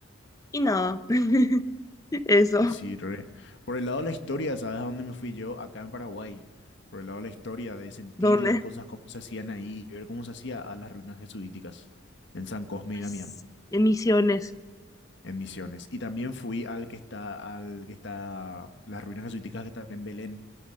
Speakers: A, on the left; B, on the left.
A: y nada, <laughs> eso,
B: Y sí, re. Por el lado de la historia, ¿sabes a dónde me fui yo? Acá en Paraguay. Por el lado de la historia, de sentir
A: ¿dónde?
B: las cosas como se hacían ahí, ver cómo se hacía a las ruinas jesuíticas en San Cosme
A: Pues,
B: y Damián,
A: en Misiones,
B: en Misiones. Y también fui al que está, al que está, las ruinas jesuíticas que están en Belén,